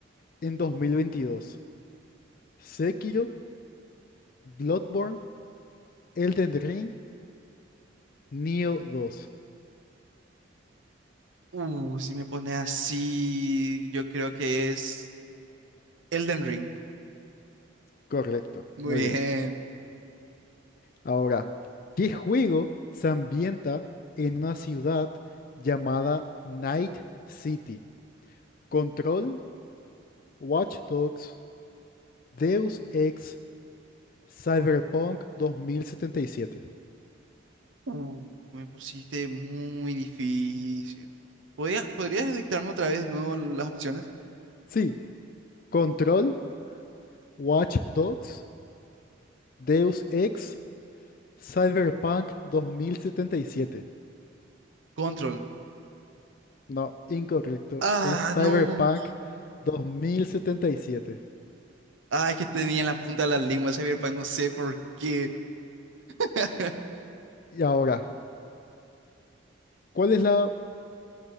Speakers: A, on the left; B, on the right.
A: en 2022? Sekiro, Bloodborne, Elden Ring, Nioh 2.
B: Uh, si me pone así, yo creo que es Elden Ring.
A: Correcto,
B: Muy
A: muy bien.
B: bien.
A: Ahora, ¿qué juego se ambienta en una ciudad llamada Night City? Control, Watch Dogs, Deus Ex Cyberpunk 2077.
B: Uh, me pusiste muy difícil. ¿Podría- ¿podrías dictarme otra vez de nuevo las opciones?
A: Sí, Control, Watch Dogs, Deus Ex, Cyberpunk 2077.
B: Control.
A: No, incorrecto.
B: Ah,
A: Es Cyberpunk
B: no.
A: 2077. Y siete.
B: Ah, es que tenía en la punta de la lengua Cyberpunk, no sé por qué. <laughs>
A: Y ahora, ¿cuál es la